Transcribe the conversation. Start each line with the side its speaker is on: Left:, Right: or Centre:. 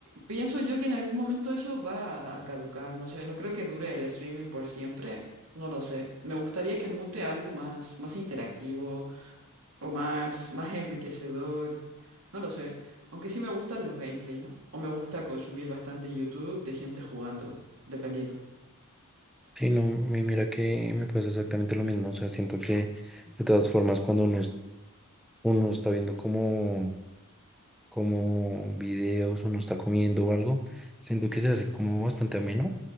Right: pienso yo que en algún momento eso va a caducar, no sé, no creo que dure el streaming por siempre, no lo sé. Me gustaría que mute algo más, más interactivo o más, más enriquecedor, no lo sé. Aunque sí me gustan los gameplay, ¿no? O me gusta consumir bastante YouTube de gente jugando, dependiendo.
Centre: Sí, no, mi- mira que me pasa exactamente lo mismo. O sea, siento que de todas formas cuando uno, es- uno está viendo como, como videos, uno está comiendo o algo, siento que se hace como bastante ameno